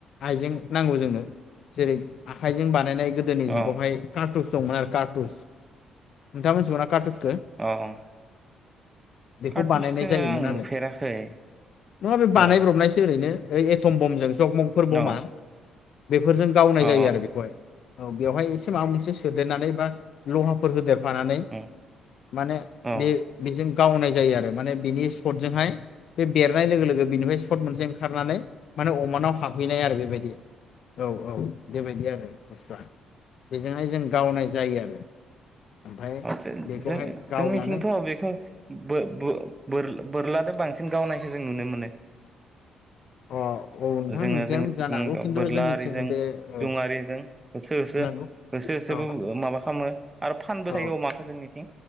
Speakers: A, on the left (about 65°); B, on the right (about 20°).
A: आइजें नांगौ जोंनो जेरै आखाइजों बानायनाय गोदोनि जुगावहाय
B: औ
A: कारटुस दंमोन आरो कारटुस नोंथांङा मिथिगौना‌ कारटुस
B: औ
A: बेखौ
B: कारटुसखौ
A: बानायनाय जायोमोन
B: आं
A: आरो
B: नुफेराखै
A: नङा बे बानायब्रबनायसो
B: औ
A: ओरैनो ओइ एथम बमजों जग मगफोर बमा
B: औ औ
A: बेफोरजों गावनाय
B: औ
A: जायो आरो बेखौहाय औ बेवहाय ए से माबा मोनसे सोदेरनानै बा लहाफोर होदेर फानानै
B: औ
A: माने
B: औ
A: बे बेजों गावनाय जायो आरो माने बिनि सदजोंहाय बे बेद नाय लोगो लोगो बेनिफ्राय सद मोनसे ओंखारनानै माने अमानाव हाबहैनाय आरो बेबायदि औ औ बेबायदि आरो बस्था बेजोंहाय जों गावनाय जायो आरो ओमफ्राय
B: जों
A: बेखौहाय
B: जोंनिथिंथ'
A: गावनानै
B: बेखौ बो बो बोर बोरलादो बां सिन गावनायखौ जों नुनो मोनो
A: अ औ नोंथां
B: जोङो
A: नोंथाङा
B: जोंनिथिंनिखौ
A: जानो हागौ खिन्थु
B: बोरलाआरिजों
A: जोंनिथिं बे औ
B: जुंआरिजों होसो होसो
A: नंगौ
B: होसो होसोबो
A: औ
B: माबा खालामो आरो फानबो
A: औ
B: थायो अमाखौ जोंनिथिं